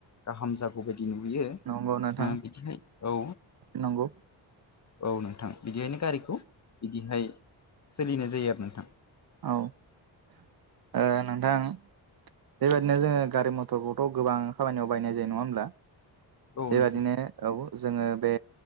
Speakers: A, on the left; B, on the right.
A: गाहाम जागौ बायदि नुहयो ओ
B: नंगौ नोंथां
A: बिदिखाय औ
B: नंगौ
A: औ नोंथां बिदिहायनो गारिखौ बिदिहाय सोलिनाय जायो आरो नोंथां
B: औ ओ नोंथां बेबायादिनो जोङो गारि मथरखौथ' गोबां खामानियाव बायनाय जायो नङा होमब्ला
A: औ
B: बेबादिनो
A: नोंथां
B: औ जोङो बे